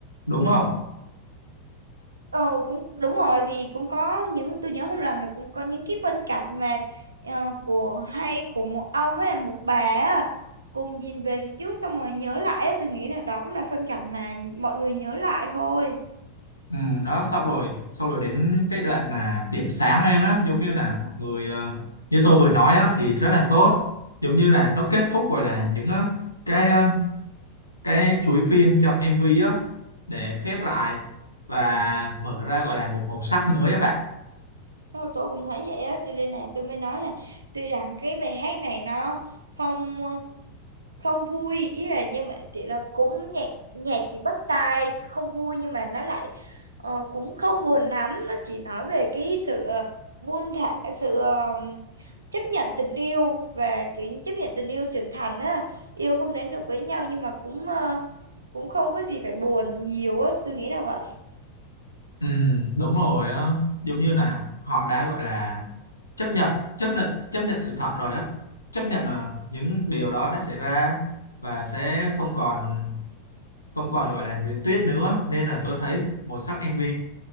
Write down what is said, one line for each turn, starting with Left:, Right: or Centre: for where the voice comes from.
Left: đúng không
Right: Ờ cũng đúng rồi thì cũng có những tôi nhớ không làm thì cũng có những cái phân cảnh mà ờ, của hay của một ông với là một bà á cùng nhìn về phía trước xong rồi nhớ lại á tôi nghĩ là đó cũng là phân cảnh mà mọi người nhớ lại thôi
Left: ừ, đó xong rồi xong rồi đến cái đoạn mà điểm sáng lên á giống như là mọi người ờ, như tôi vừa nói á thì rất là tốt giống như là nó kết thúc gọi là những ờ, cái ờ, cái chuỗi phim trong MV á để khép lại và mở ra gọi là một màu sắc mới các bạn
Right: Thôi, tôi cũng thấy vậy á cho nên là tôi mới nói là tuy rằng cái bài hát này nó không không vui ý là nhưng mà thì là cũng nhạc nhạc thì bắt tai không vui nhưng mà nó lại ờ, cũng không buồn lắm nó chỉ nói về cái sự ờ, buông thả sự ờ, chấp nhận tình yêu và kiểu như chấp nhận tình yêu trưởng thành á yêu không đến được với nhau nhưng mà cũng ờ, cũng không có gì phải buồn nhiều á tôi nghĩ là vậy
Left: Ừ, đúng rồi á giống như là họ đã gọi là chấp nhận chấp nhận chấp nhận sự thật rồi á chấp nhận là những điều đó đã xảy ra và sẽ không còn không còn gọi là luyến tiếc nữa nên là tôi thấy màu sắc em MV